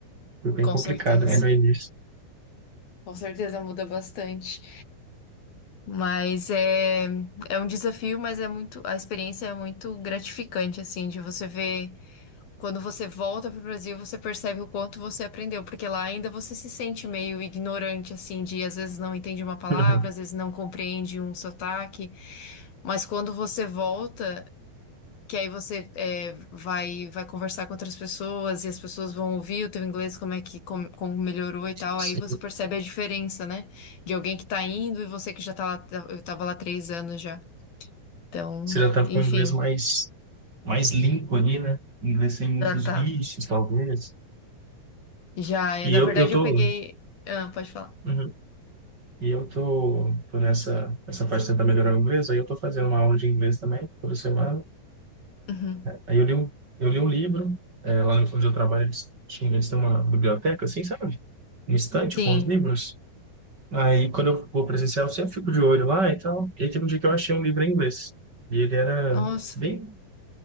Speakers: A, on the right; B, on the left.
A: foi bem
B: com
A: complicado,
B: certeza,
A: né, no início.
B: com certeza muda bastante. Mas é, é um desafio, mas é muito, a experiência é muito gratificante, assim, de você ver. Quando você volta pro Brasil, você percebe o quanto você aprendeu, porque lá ainda você se sente meio ignorante, assim, de às vezes não entende uma palavra,
A: Uhum.
B: às vezes não compreende um sotaque. Mas quando você volta, que aí você é, vai vai conversar com outras pessoas e as pessoas vão ouvir o teu inglês, como é que como, como melhorou e tal,
A: Você
B: aí você percebe a diferença, né? De alguém que tá indo e você que já tá lá, tá- eu tava lá três anos já. Então,
A: você já tá
B: enfim,
A: com o inglês mais, mais limpo ali, né? Inglês sem muitos
B: já tá.
A: bichos, talvez.
B: Já é,
A: E
B: na
A: eu,
B: verdade
A: eu tô,
B: eu peguei. Ah, pode falar.
A: uhum. E eu tô, tô nessa, essa parte de tentar melhorar o inglês, aí eu tô fazendo uma aula de inglês também, toda semana.
B: Uhum.
A: Aí eu li um, eu li um livro, é, lá no- onde eu trabalho, eles tinham, eles têm uma biblioteca, assim, sabe? Um estante
B: Sim.
A: com os livros. Aí quando eu vou presencial, eu sempre fico de olho lá e tal. E aí teve um dia que eu achei um livro em inglês. E ele era
B: Nossa.
A: bem,